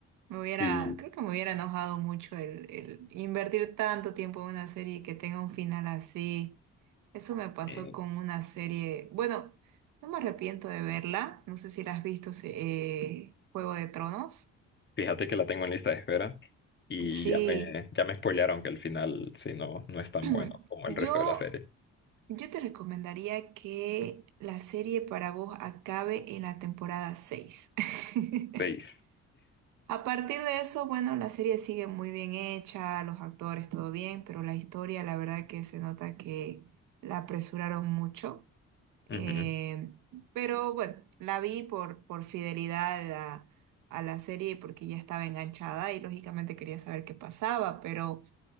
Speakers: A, on the right; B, on the left.
A: Me hubiera,
B: Sí,
A: creo que me hubiera enojado mucho el, el invertir tanto tiempo en una serie y que tenga un final así. Eso me pasó
B: sí.
A: con una serie. Bueno, no me arrepiento de verla. No sé si la has visto, se- eh, Juego de Tronos.
B: Fíjate que la tengo en lista de espera y
A: Sí.
B: ya me, ya me spoilearon que el final, si no, no es tan
A: <clears throat>
B: bueno como
A: Yo
B: el resto de la serie.
A: Yo te recomendaría que la serie para vos acabe en la temporada 6. <laughs>
B: Seis.
A: A partir de eso, bueno, la serie sigue muy bien hecha, los actores todo bien, pero la historia, la verdad que se nota que la apresuraron mucho.
B: Ujú,
A: Eh, pero bueno, la vi por, por fidelidad a, a la serie y porque ya estaba enganchada y lógicamente quería saber qué pasaba, pero